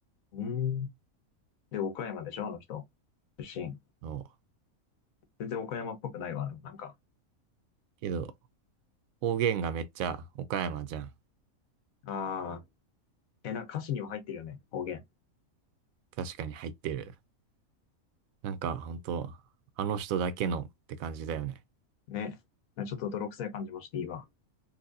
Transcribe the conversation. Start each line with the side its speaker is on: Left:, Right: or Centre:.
Left: うん。で、岡山でしょ、あの人。出身。
Right: の。
Left: 全然岡山っぽくないわ、でもなんか。
Right: けど、方言がめっちゃ岡山じゃん。
Left: ああ。え、なんか歌詞には入ってるよね、方言。
Right: 確かに入ってる。なんかほんと、あの人だけのって感じだよね。
Left: ね。ちょっと泥臭い感じもしていいわ。